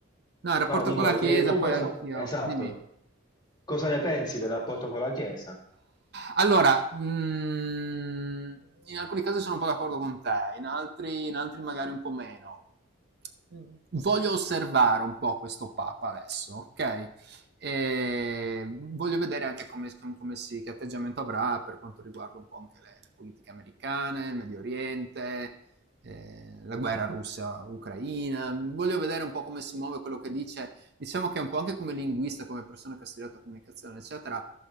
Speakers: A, on the right; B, on the left.
A: No, il rapporto
B: no, dico,
A: con la Chiesa,
B: eh, tu
A: poi
B: cosa,
A: anch'io.
B: esatto,
A: Dimmi.
B: cosa ne pensi del rapporto con la Chiesa?
A: Allora, mm, in alcuni casi sono un po' d'accordo con te, in altri, in altri magari un po' meno. Mm, Voglio osservare un po' questo Papa adesso, ok? E voglio vedere anche come, come si, che atteggiamento avrà per quanto riguarda un po' anche le, le politiche americane, il Medio Oriente, eh, la guerra russa-ucraina. Voglio vedere un po' come si muove quello che dice. Diciamo che un po' anche come linguista, come persona che ha studiato comunicazione, eccetera,